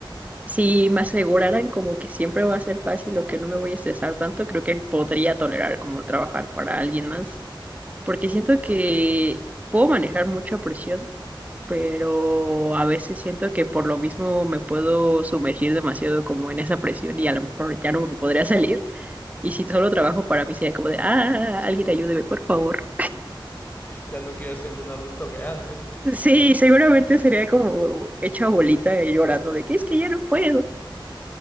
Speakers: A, on the right (about 15°); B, on the left (about 20°).
A: si me aseguraran como que siempre va a ser fácil o que no me voy a estresar tanto, creo que podría tolerar como trabajar para alguien más. porque siento que
B: Ok,
A: puedo manejar mucha presión, pero a veces siento que por lo mismo me puedo sumergir demasiado como en esa presión y a lo mejor ya no me podría salir. Y si solo trabajo para mí sería como de, ah, alguien ayúdeme, por favor.
B: ya no quiero ser un adulto grande.
A: Sí, seguramente sería como hecha bolita y llorando de que es que ya no puedo.